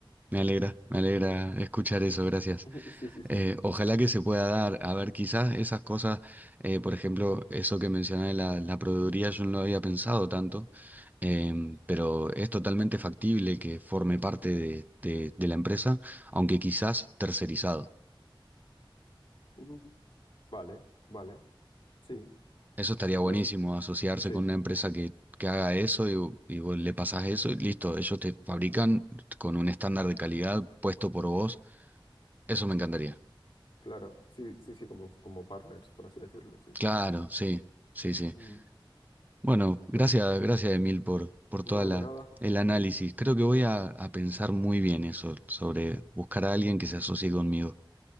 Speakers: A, on the right; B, on the left.
A: Me alegra, me alegra escuchar eso, gracias.
B: <laughs> Sí, sí, sí,
A: Eh,
B: sí.
A: ojalá que se pueda dar, a ver, quizás esas cosas, eh, por ejemplo, eso que mencioné, la, la proveeduría, yo no lo había pensado tanto, em, pero es totalmente factible que forme parte de, de de la empresa, aunque quizás tercerizado.
B: Mm, Vale, vale, sí,
A: Eso
B: sí,
A: estaría
B: sí,
A: buenísimo,
B: lo-
A: asociarse
B: sí,
A: con una empresa que, que haga eso y, vo- y vos le pasás eso y listo, ellos te fabrican con un estándar de calidad puesto por vos. Eso me encantaría.
B: claro, sí, sí, sí, como, como partners, por así decirlo, sí.
A: Claro, sí, sí, sí.
B: Mm,
A: Bueno, gracias,
B: Pues
A: gracias Emil por, por
B: no,
A: toda la,
B: de nada.
A: el análisis.
B: <laughs>
A: Creo que voy a, a pensar muy bien eso, sobre buscar a alguien que se asocie conmigo.